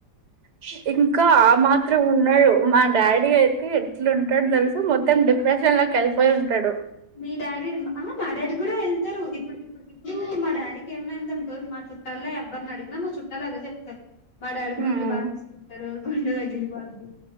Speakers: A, on the right; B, on the left.
A: ష్ ఇంకా ఆ మాత్రం ఉన్నాడు మా డాడీ అయితే ఎట్లుంటాడు తెలుసా మొత్తం డిప్రెషన్ లో కలిసి పోయింటాడు
B: మీ డాడీ ఆ మా డాడీ కూడా వెళ్తారు ఇప్పుడు ఇప్పుడు ఇప్పుడు మా డాడీకి ఏమన్నా అయింది అనుకో మా చుట్టాల్లో ఎవరిని అడిగినా మా చుట్టాలు అదే చెప్తారు మా డాడి గుండెలు
A: హ్మ్
B: బాదేసుకుంటారు గుండె పగిలిపొద్ది